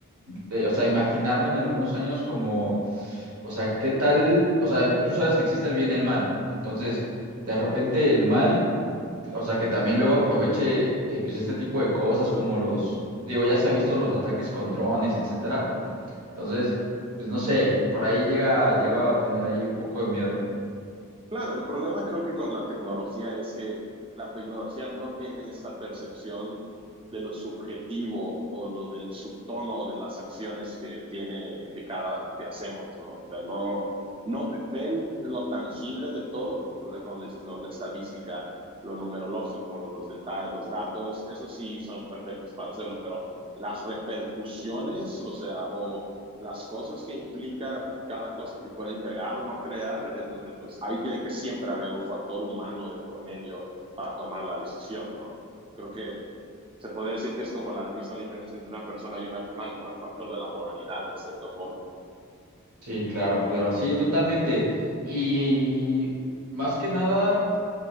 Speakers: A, on the right; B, on the right.
A: de- o sea, imaginarme en algunos años como, o sea, ¿qué tal? O sea, tú sabes que existe el bien y el mal. Entonces, de repente el mal, o sea, que también luego aproveche eh, pues este tipo de cosas como los, digo, ya se ha visto los ataques con drones, etcétera. Entonces, pues no sé, por ahí llega, llego a tener ahí un poco de miedo.
B: Claro, el problema creo que con la tecnología es que la tecnología no tiene esta percepción de lo subjetivo o lo del subtono de las acciones que tiene, que cada, que hacemos, ¿no? O sea, no, no ven lo tangible de todo, o sea, cuando dices, no, la estadística, lo numerológico, los detalles, los datos, eso sí son perfectos para hacerlo, pero las repercusiones, o sea, o las cosas que implica cada cosa que pueden crear o no crear, es donde pues ahí tiene que siempre haber un factor humano de por medio para tomar la decisión, ¿no? Creo que se podría decir que es como la misma diferencia entre una persona y un animal, ¿no? El factor de la moralidad, en cierta forma.
A: Sí, claro, claro, sí, totalmente. Y más que nada.